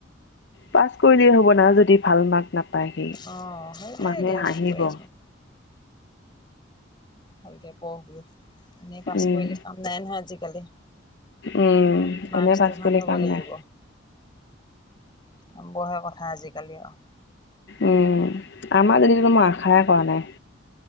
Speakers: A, on the left; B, on the left.
A: পাছ কৰিলেই হ'ব না যদি ভাল মাৰ্ক নাপায় সি
B: অঁ সেইটোৱে
A: মানুহে
B: এতিয়া
A: হাঁহিব।
B: তাক কৈ আছোঁ ভালকৈ পঢ় বুলো এনেই পাছ
A: উম
B: কৰিলে কাম নাই নহয় আজিকালি।
A: উম
B: মাৰ্কছটো
A: এনে পাছ
B: ভাল
A: কৰিলে
B: হ'ব
A: কাম
B: লাগিব।
A: নাই
B: নম্বৰহে কথা আজিকালি আৰু।
A: উম, আমাৰ জনীতো মই আশাই কৰা নাই।